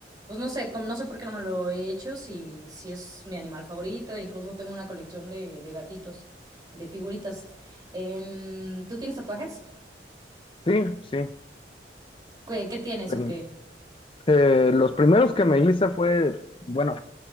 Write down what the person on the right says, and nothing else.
Pues no sé, como- no sé por qué no me lo he hecho, si, si es mi animal favorito, e incluso tengo una colección de, de gatitos, de figuritas. Em, ¿tú tienes tatuajes?
¿Qué, qué tienes
o qué?